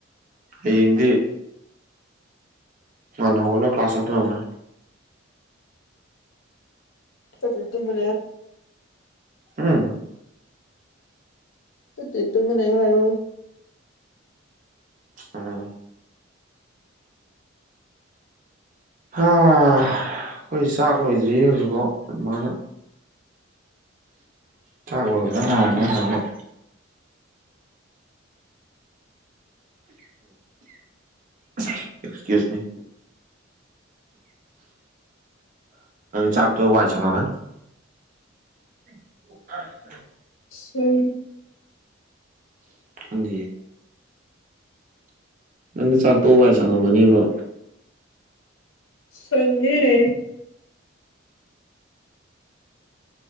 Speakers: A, on the right; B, on the left.
A: ꯍꯌꯦꯡꯗꯤ ꯉꯟꯅ ꯍꯧꯒꯠꯂꯒ ꯀꯂ꯭ꯥꯁ ꯆꯠꯇꯣꯏ ꯑꯣꯏꯔꯝꯅꯤ
B: ꯆꯠꯇꯕꯤ ꯇꯨꯝꯃ
A: ꯎꯝ
B: ꯆꯠꯇꯦ ꯇꯨꯝꯃ ꯂꯩꯌꯣ ꯍꯥꯏꯔꯣ
A: ꯎꯝ ꯍꯥ ꯑꯩꯈꯣꯏ ꯆꯥꯛ ꯂꯣꯏꯗ꯭ꯔꯤ ꯍꯧꯖꯤꯛꯐꯥꯎ ꯃꯃꯥꯅ ꯆꯥꯛ ꯂꯣꯏꯕ ꯉꯥꯏꯕ ꯉꯁꯥꯏꯗꯒꯤ ꯑꯦꯁꯀꯨꯁ ꯃꯤ ꯆꯥꯛ ꯇꯣꯛ ꯑꯃꯤꯅ ꯋꯥꯏꯁꯡꯉꯝ ꯃꯅꯤ ꯑ <unintelligible>
B: ꯁꯦ
A: ꯪ ꯅꯪꯗꯤ ꯆꯥꯛꯇꯣꯛ ꯋꯥꯏ ꯁꯪꯉꯝꯃꯅꯦꯕ
B: ꯁꯦꯡꯉꯦ